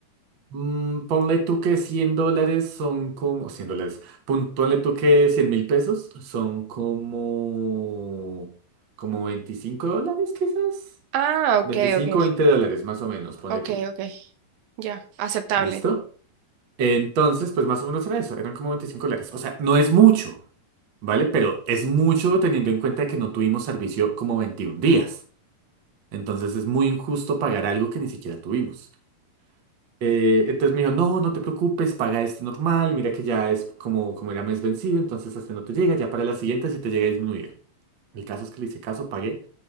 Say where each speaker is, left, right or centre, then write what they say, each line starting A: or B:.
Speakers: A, on the right (about 50°); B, on the right (about 80°).
A: mm, ponle tú que cien dólares son como, 100 dólares, pon- ponle tú que cien mil pesos son como, como 25 dólares quizás.
B: Ah, ok,
A: veinticinco
B: ok,
A: 20 dólares más o menos, ponle
B: ok,
A: tú.
B: ok, ya, aceptable.
A: ¿Listo?
B: <gasps>
A: Entonces, pues más o menos era eso, eran como 25 dólares. O sea, no es mucho, ¿vale? Pero es mucho teniendo en cuenta que no tuvimos servicio como 21 días. Entonces es muy injusto pagar algo que ni siquiera tuvimos. Eh, entonces me dijo, no, no te preocupes, paga este normal, mira que ya es como, como era mes vencido, entonces este no te llega, ya para la siguiente si te llega a disminuir. El caso es que le hice caso, pagué